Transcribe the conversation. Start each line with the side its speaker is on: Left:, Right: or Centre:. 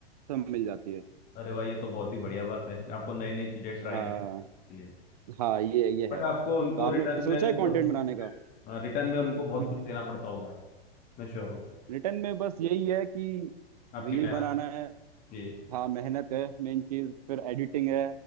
Right: सब मिल जाती है
Left: अरे भाई ये तो बहुत ही बढ़िया बात है आपको नई नई चीजें ट्राई
Right: हाँ
Left: करनी है
Right: हाँ ये ये
Left: बट
Right: है
Left: आपको
Right: तो
Left: उनको
Right: आपने
Left: रिटर्न
Right: सोचा
Left: में
Right: है कंटेंट
Left: बहुत कुछ
Right: बनाने का <laughs>
Left: रिटर्न में उनको बहुत
Right: हम्म
Left: कुछ देना पड़ता होगा मैं श्योर हूँ
Right: रिटर्न में बस यही है कि
Left: आपकी
Right: रील
Left: मेहनत
Right: बनाना है
Left: जी
Right: हाँ मेहनत है मेन चीज फिर एडिटिंग है